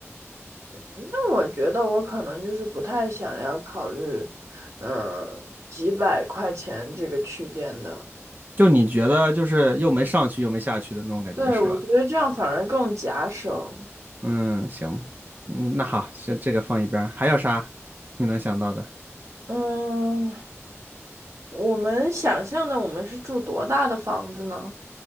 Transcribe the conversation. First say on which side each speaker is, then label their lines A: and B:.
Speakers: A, on the right; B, on the right.
A: 那我觉得我可能就是不太想要考虑，嗯，几百块钱这个区间的。
B: 就你觉得就是又没上去又没下去的那种感觉是吧？
A: 对，我觉得这样反而更夹省。
B: 嗯，行，嗯那好，先这个放一边儿，还有啥你能想到的？
A: 嗯，我们想象的我们是住多大的房子呢？